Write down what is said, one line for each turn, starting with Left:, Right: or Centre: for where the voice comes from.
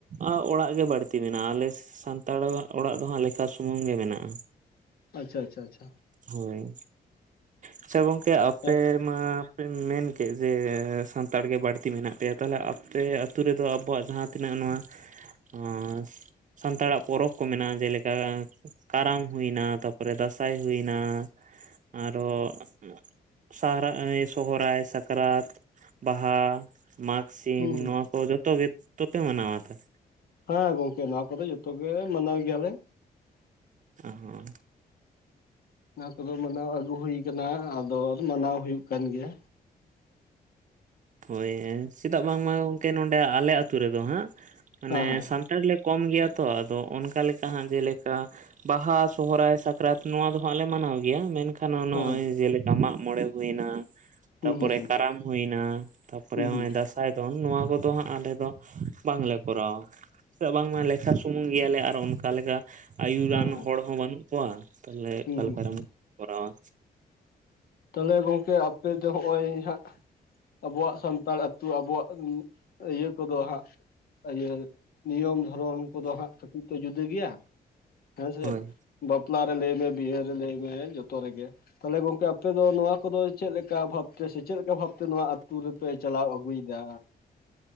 Right: ᱟᱜ ᱚᱲᱟᱜ ᱜᱮ ᱵᱟᱹᱲᱛᱤ ᱢᱮᱱᱟᱜᱼᱟ ᱟᱞᱮ ᱥᱟᱱᱛᱟᱲ ᱟᱜ ᱚᱲᱟᱜ ᱫᱚ ᱦᱟᱸᱜ ᱞᱮᱠᱷᱟ ᱥᱩᱢᱩᱝ ᱜᱮ ᱢᱮᱱᱟᱜᱼᱟ᱾
Left: ᱟᱪᱷᱟ ᱟᱪᱷᱟ ᱟᱪᱷᱟ᱾
Right: ᱦᱳᱭ, ᱟᱪᱷᱟ ᱜᱚᱝᱠᱮ ᱟᱯᱮ
Left: ᱦᱩᱸ
Right: ᱢᱟ ᱯᱮ ᱢᱮᱱ ᱠᱮᱜ ᱡᱮ ᱥᱟᱱᱛᱟᱲ ᱜᱮ ᱵᱟᱹᱲᱛᱤ ᱢᱮᱱᱟᱜ ᱯᱮᱭᱟ ᱛᱟᱦᱚᱞᱮ ᱟᱯᱮ ᱟᱹ ᱛᱩ ᱨᱮᱫᱚ ᱟᱵᱚᱣᱟᱜ ᱡᱟᱦᱟᱸ ᱛᱤᱱᱟᱹᱜ ᱱᱚᱣᱟ ᱟᱸᱥ ᱥᱟᱱᱛᱟᱲᱟᱜ ᱯᱚᱨᱚᱵᱽ ᱠᱚ ᱢᱮᱱᱟᱜᱼᱟ ᱡᱮᱞᱮᱠᱟ ᱠᱟᱨᱟᱢ ᱦᱩᱭᱱᱟ ᱛᱟᱯᱚᱨᱮ ᱫᱟᱸᱥᱟᱭ ᱦᱩᱭᱱᱟ ᱟᱨᱚ ᱾ <unintelligible> ᱮᱭ ᱥᱚᱦᱨᱟᱭ, ᱥᱟᱠᱨᱟᱛ, ᱵᱟᱦᱟ, ᱢᱟᱜᱽ ᱥᱤᱢ
Left: ᱦᱩᱸ
Right: ᱱᱚᱣᱟ ᱠᱚ ᱡᱚᱛᱚ ᱜᱮᱛᱚᱯᱮ ᱢᱟᱱᱟᱣᱟ ᱛᱟ ᱾
Left: ᱦᱮᱸ ᱜᱚᱝᱠᱮ ᱱᱚᱣᱟ ᱠᱚᱫᱚ ᱡᱚᱛᱚ ᱜᱮ ᱢᱟᱱᱟᱣ ᱜᱮᱭᱟᱞᱮ᱾
Right: ᱟᱦᱚᱸ
Left: ᱚᱱᱟ ᱠᱚᱫᱚ ᱢᱟᱱᱟᱣ ᱟᱹᱜᱩ ᱦᱩᱭ ᱟᱠᱟᱱᱟ ᱟᱫᱚ ᱢᱟᱱᱟᱣ ᱦᱩᱭᱩᱜ ᱠᱟᱱ ᱜᱮᱭᱟ᱾
Right: ᱦᱳᱭ ᱦᱮᱸ ᱪᱮᱫᱟᱜ ᱵᱟᱝᱢᱟ ᱜᱚᱝᱠᱮ ᱱᱚᱰᱮ ᱟᱞᱮ ᱟᱛᱳ ᱨᱮᱫᱚ ᱦᱟᱸᱜ ᱢᱟᱱᱮ
Left: ᱦᱮᱸ
Right: ᱥᱟᱱ ᱛᱟᱲ ᱞᱮ ᱠᱚᱢ ᱜᱮᱭᱟ ᱛᱚ ᱟᱫᱚ ᱚᱱᱠᱟ ᱞᱮᱠᱟ ᱦᱟᱸᱜ ᱡᱮᱞᱮᱠᱟ ᱵᱟᱦᱟ, ᱥᱚᱦᱨᱟᱭ, ᱥᱟᱠᱨᱟᱛ ᱱᱚᱣᱟ ᱫᱚ ᱦᱟᱸᱜ ᱞᱮ ᱢᱟᱱᱟᱣ ᱜᱮᱭᱟ ᱢᱮᱱᱠᱷᱟᱱ ᱠᱷᱟᱱ ᱱᱚᱜᱚᱭ
Left: ᱦᱮᱸ ᱦᱮᱸ
Right: ᱡᱮᱞᱮᱠᱟ ᱢᱟᱜᱢᱚᱬᱮ ᱦᱩᱭᱮᱱᱟ
Left: ᱦᱩᱸ
Right: ᱛᱟᱯᱚᱨᱮ
Left: ᱦᱩᱸ
Right: ᱠᱟᱨᱟᱢ ᱦᱩᱭᱮᱱᱟ ᱛᱟᱯᱚᱨᱮ
Left: ᱦᱩᱸ
Right: ᱦᱚᱸᱜ-ᱚᱭ
Left: ᱦᱩᱸ ᱦᱩᱸ
Right: ᱫᱟᱸᱥᱟᱭ ᱫᱚᱱ ᱱᱚᱣᱟ ᱠᱚᱫᱚ ᱦᱟᱸᱜ ᱟᱞᱮ ᱫᱚ ᱵᱟᱝᱞᱮ ᱠᱚᱨᱟᱣᱟ᱾ ᱪᱮᱫᱟᱜ ᱵᱟᱝᱢᱟ ᱞᱮᱠᱷᱟ ᱥᱩᱢᱩᱝ ᱜᱮᱭᱟᱞᱮ ᱟᱨ ᱚᱱᱠᱟ ᱞᱮᱠᱟ ᱟᱭᱩᱨᱟᱱ
Left: ᱦᱮᱸ
Right: ᱦᱚᱲ ᱦᱚᱸ ᱵᱟᱹᱱᱩᱜ ᱠᱚᱣᱟ ᱛᱟᱦᱞᱮ
Left: ᱦᱮᱸ
Right: ᱚᱠᱟ
Left: ᱦᱩᱸ
Right: ᱞᱮᱠᱟᱨᱮᱢ
Left: ᱦᱩᱸ ᱦᱩᱸ
Right: ᱠᱚᱨᱟᱣᱟ᱾
Left: ᱛᱟᱦᱚᱞᱮ ᱜᱚᱝᱠᱮ ᱟᱯᱮ ᱫᱚ ᱦᱚᱸᱜᱼᱚᱭ ᱦᱟᱸᱜ ᱟᱵᱚᱣᱟᱜ ᱥᱟᱱᱛᱟᱲ ᱟᱹᱛᱩ ᱟᱵᱚᱣᱟᱜ ᱟᱹᱭᱟᱹ ᱠᱚᱫᱚ ᱦᱟᱸᱜ ᱤᱭᱟᱹ ᱱᱤᱭᱚᱢ ᱫᱷᱚᱨᱚᱢ ᱠᱚᱫᱚ ᱦᱟᱸᱜ ᱠᱟᱹᱴᱤᱡ ᱛᱚ ᱡᱩᱫᱟᱹ ᱜᱮᱭᱟ᱾ ᱦᱮᱸᱥᱮ
Right: ᱦᱳᱭ
Left: ᱵᱟᱯᱞᱟ ᱨᱮ ᱞᱟᱹᱭᱢᱮ ᱵᱤᱦᱟᱹ ᱨᱮ ᱞᱟᱹᱭ ᱢᱮ ᱡᱚᱛᱚ ᱨᱮᱜᱮ᱾ ᱛᱟᱦᱚᱞᱮ ᱜᱚᱝᱠᱮ ᱟᱯᱮᱫᱚ ᱱᱚᱣᱟ ᱠᱚᱫᱚ ᱪᱮᱫ ᱞᱮᱠᱟ ᱵᱷᱟᱵᱛᱮ ᱥᱮ ᱪᱮᱫ ᱞᱮᱠᱟ ᱵᱷᱟᱵᱴᱞᱽᱛᱮ ᱱᱚᱣᱟ ᱟᱹᱛᱩ ᱨᱮᱯᱮ ᱪᱟᱞᱟᱣ ᱟᱹᱜᱩᱭᱫᱟ?